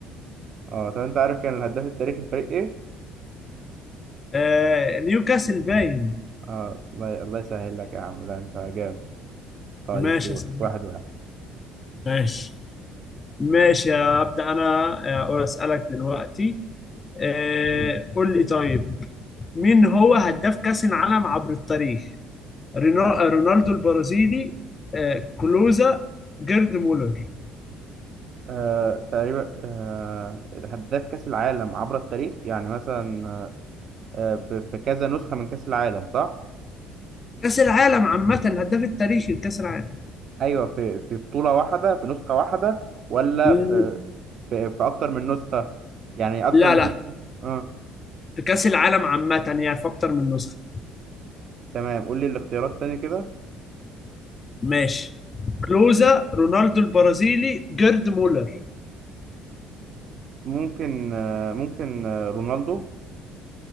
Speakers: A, on the right (about 55°); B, on the left (about 35°).
A: اه طب انت عارف كان الهداف التاريخي الفريق ايه؟
B: آه نيوكاسل باين
A: اه الله الله يسهل لك يا عم لا انت جامد طيب
B: ماشي
A: دور
B: يا صديقي
A: واحد واحد
B: ماشي ماشي هبدأ انا آه، اسألك دلوقتي آه
A: مم.
B: قول لي طيب مين هو هداف كأس العالم عبر التاريخ رينا-
A: ه-
B: رونالدو البرازيلي آه، كلوزا جيرد مولر
A: آه تقريبا آه هداف كأس العالم عبر التاريخ يعني مثلا آه في, في كذا نسخة من كأس العالم صح؟
B: كأس العالم عامة الهداف التاريخي لكأس العالم
A: أيوه في في بطولة واحدة في نسخة واحدة ولا
B: ل-
A: في في, في أكتر من نسخة؟ يعني أكتر
B: لا
A: من
B: لا
A: نسخة؟ اه
B: في كأس العالم عامة يعني في أكتر من نسخة
A: تمام قول لي الاختيارات تاني كده
B: ماشي كلوزا رونالدو البرازيلي جيرد مولر
A: ممكن آه ممكن آه رونالدو